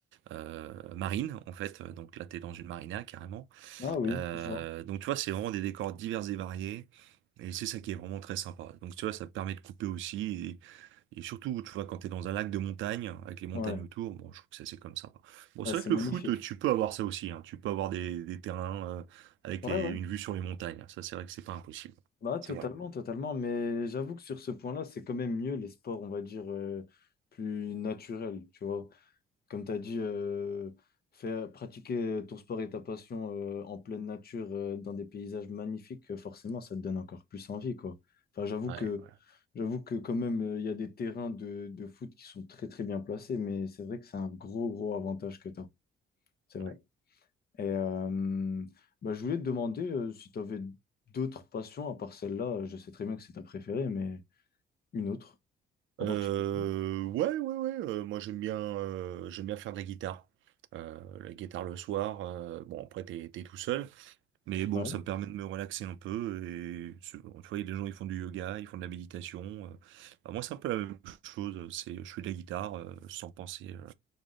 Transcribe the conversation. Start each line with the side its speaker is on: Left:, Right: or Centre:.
Right: euh, marine, en fait. Donc là, tu es dans une marina carrément.
Left: Ah oui,
Right: Euh,
Left: je vois.
Right: donc tu vois, c'est vraiment des décors divers et variés. Et c'est ça qui est vraiment très sympa. Donc tu vois, ça permet de couper aussi. Et, et surtout, tu vois, quand t'es dans un lac de montagne, avec les montagnes
Left: Ouais.
Right: autour, bon, je trouve que ça c'est comme ça. Bon,
Left: Ah,
Right: c'est
Left: c'est
Right: vrai que
Left: magnifique.
Right: le foot, tu peux avoir ça aussi. hein. Tu peux avoir des, des terrains euh, avec
Left: Ouais,
Right: les,
Left: ouais.
Right: une vue sur les montagnes. Ça, c'est vrai que c'est pas impossible.
Left: Bah, totalement,
Right: C'est vrai.
Left: totalement. Mais j'avoue que sur ce point-là, c'est quand même mieux les sports, on va dire, euh, plus naturels, tu vois. Comme tu as dit, euh, faire, pratiquer ton sport et ta passion euh, en pleine nature, euh, dans des paysages magnifiques, euh, forcément, ça te donne encore plus envie, quoi. Enfin, j'avoue
Right: Ouais,
Left: que,
Right: ouais,
Left: j'avoue que quand même, euh, il y a des terrains de, de foot qui sont très, très bien placés, mais c'est vrai que c'est un gros, gros avantage que tu as. C'est vrai.
Right: ouais.
Left: Et euh, bah, je voulais te demander euh, si tu avais d'autres passions à part celle-là. euh, Je sais très bien que c'est ta préférée, mais une autre en
Right: Euh,
Left: particulier.
Right: ouais, ouais, ouais. euh, moi, j'aime bien, euh, j'aime bien faire de la guitare. Euh, la guitare le soir. euh, bon, après, t'es, t'es tout seul. Mais bon,
Left: Ouais.
Right: ça me permet de me relaxer un peu. Et ce- tu vois, il y a des gens qui font du yoga, ils font de la méditation. euh. Bah, moi, c'est un peu la même chose. C'est, je fais de la guitare euh, sans penser euh,